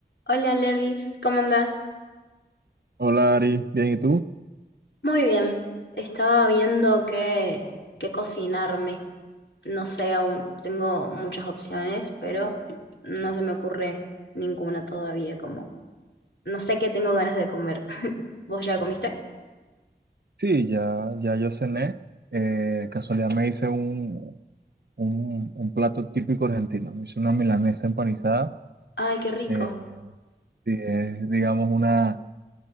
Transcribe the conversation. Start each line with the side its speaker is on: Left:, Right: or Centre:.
Left: Hola Lervis, ¿cómo andás?
Right: Hola Ari, bien, ¿y tú?
Left: Muy bien. Estaba viendo qué, qué cocinarme. No sé aún. Tengo muchas opciones, pero no se me ocurre ninguna todavía. Como no sé qué tengo ganas de comer. <laughs> ¿Vos ya comiste?
Right: Sí, ya, ya yo cené. Eh, casualidad me hice un, un, un plato típico argentino. Me hice una milanesa empanizada.
Left: Ay, qué rico,
Right: Eh, sí, es, digamos, una.